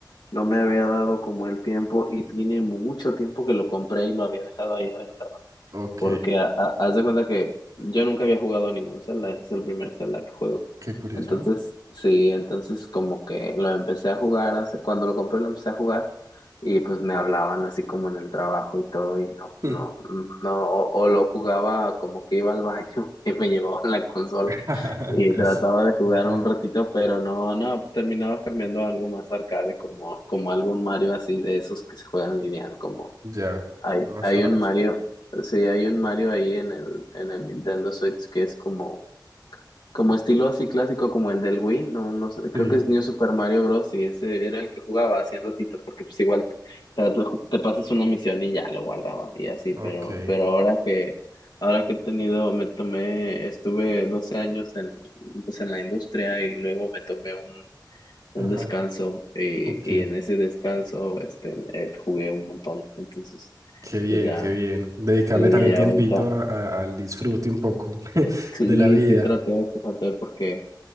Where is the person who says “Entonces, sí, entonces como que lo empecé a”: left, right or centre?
Left